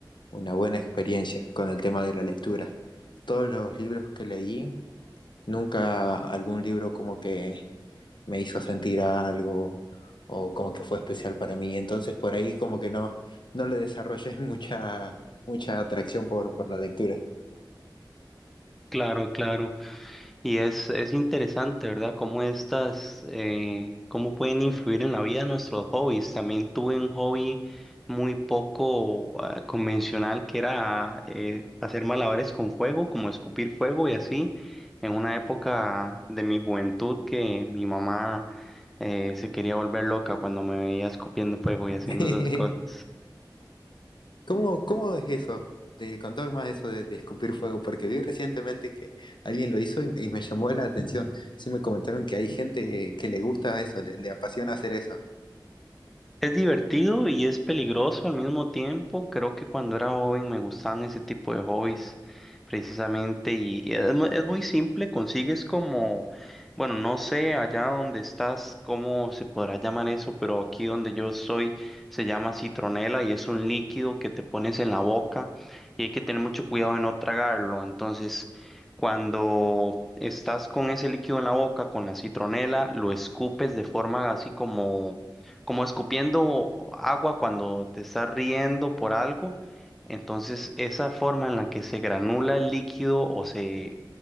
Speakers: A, on the left; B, in the centre.
A: una buena experiencia con el tema de la lectura. Todos los libros que leí, nunca algún libro como que me hizo sentir algo o como que fue especial para mí. Entonces por ahí como que no, no le desarrollé <laughs> mucha, mucha atracción por, por la lectura.
B: Claro, claro. Y es, es interesante, ¿verdad? Cómo estas, eh, cómo pueden influir en la vida de nuestros hobbies. También tuve un hobby muy poco, ah, convencional que era eh, hacer malabares con fuego, como escupir fuego y así. En una época de mi juventud que mi mamá eh, se quería volver loca cuando me veía escupiendo fuego y haciendo
A: <laughs>
B: esas cosas.
A: ¿Cómo, ¿Cómo es eso? Te contame más eso de, de, escupir fuego, porque vi recientemente que alguien lo hizo y, y, me llamó la atención. Sí me comentaron que hay gente que le gusta eso, le, le apasiona hacer eso.
B: Es divertido y es peligroso al mismo tiempo. Creo que cuando era joven me gustaban ese tipo de hobbies precisamente y y es, mu- es muy simple, consigues como, bueno, no sé allá donde estás, cómo se podrá llamar eso, pero aquí donde yo soy se llama citronela y es un líquido que te pones en la boca y hay que tener mucho cuidado de no tragarlo. Entonces, cuando estás con ese líquido en la boca, con la citronela, lo escupes de forma así como como escupiendo agua cuando te estás riendo por algo. Entonces, esa forma en la que se granula el líquido o se